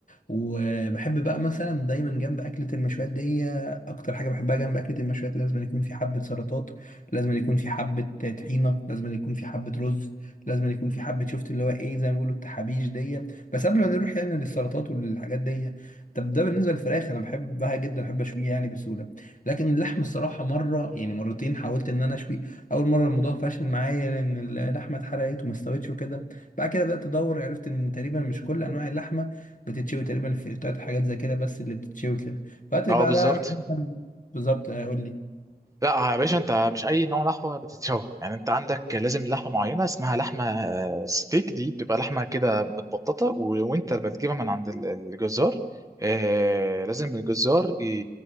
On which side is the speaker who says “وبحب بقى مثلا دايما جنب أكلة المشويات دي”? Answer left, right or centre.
Left